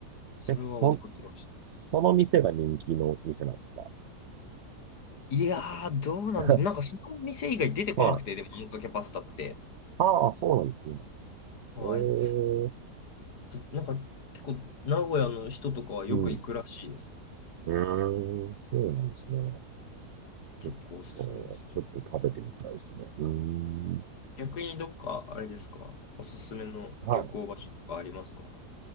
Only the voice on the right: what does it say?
い。え、そ、その店が人気の店なんですか
<laughs>
はい。
ああ、そうなんですね。
おー、
うん。うーん、そうなんですね。
えっとちょっと食べてみたいですね。うーん。
はい。